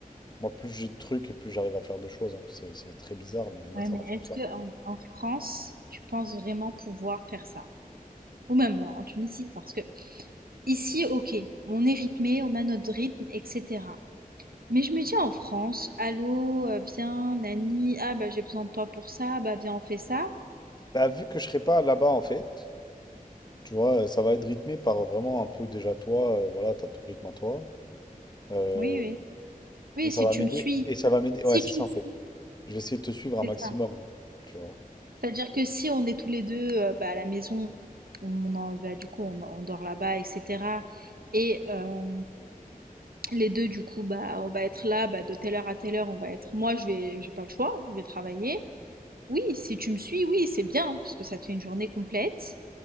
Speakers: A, on the left (about 30°); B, on the right (about 85°).
A: Moi, plus j'ai de trucs et plus j'arrive à faire de choses. hein. C'est, c'est très bizarre, mais moi,
B: Ouais,
A: ça
B: mais
A: marche
B: est-ce
A: comme ça.
B: que en, en France, tu penses vraiment pouvoir faire ça? Ou même euh, en Tunisie, parce que ici, ok, on est rythmé, on a notre rythme, etc. Mais je me dis en France, allô, euh, viens, Nani, ah bah j'ai besoin de toi pour ça, bah viens, on fait ça.
A: Bah, vu que je serai pas là-bas, en fait. Tu vois, euh, ça va être rythmé par vraiment un peu déjà toi, euh, voilà, t'as ton rythme à toi. Euh,
B: Oui, oui. Oui,
A: et ça
B: si
A: va
B: tu
A: m'aider.
B: me suis,
A: Et ça va m'aider.
B: si
A: Ouais, c'est
B: tu
A: ça
B: me
A: en
B: suis,
A: fait. Je vais essayer de te suivre un
B: c'est
A: maximum,
B: ça.
A: tu vois.
B: C'est-à-dire que si on est tous les deux euh, bah, à la maison, on en, bah, du coup on, on dort là-bas, etc. Et euh, Les 2, du coup, bah, on va être là, bah, de telle heure à telle heure, on va être. Moi, je vais, j'ai pas le choix, je vais travailler. Oui, si tu me suis, oui, c'est bien, parce que ça te fait une journée complète